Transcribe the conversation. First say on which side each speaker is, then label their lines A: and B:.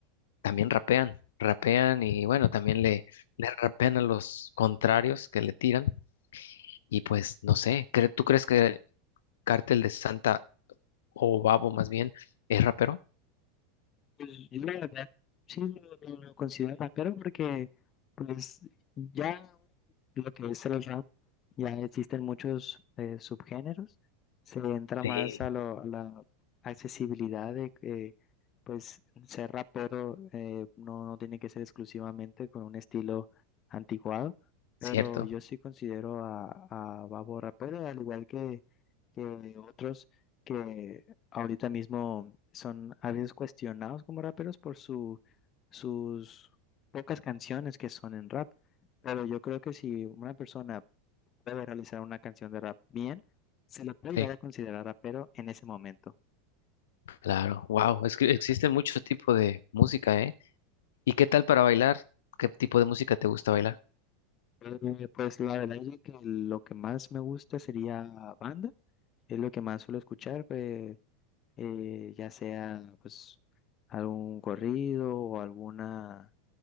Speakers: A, on the left; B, on the left.
A: también rapean, rapean y bueno, también le, le rapean a los contrarios que le tiran. Y pues no sé, ¿cre- ¿tú crees que Cártel de Santa o Babo más bien es rapero?
B: Pues, Yo la verdad sí lo, lo- lo considero rapero porque pues ya lo que es el rap, ya existen muchos eh, subgéneros, se entra
A: Sí.
B: más a, lo- a la accesibilidad de que pues ser rapero eh, no, no tiene que ser exclusivamente con un estilo anticuado, pero
A: Cierto,
B: yo sí considero a, a Babo rapero, al igual que, que otros que ahorita mismo son a veces cuestionados como raperos por su, sus pocas canciones que son en rap. Pero yo creo que si una persona puede realizar una canción de rap bien, se le puede
A: sí,
B: llegar a considerar rapero en ese momento.
A: claro, wow, es que existen muchos tipos de música, ¿eh? ¿Y qué tal para bailar? ¿Qué tipo de música te gusta bailar?
B: Eh, pues la verdad es que lo que más me gusta sería banda, es lo que más suelo escuchar, pues, eh, ya sea pues algún corrido o alguna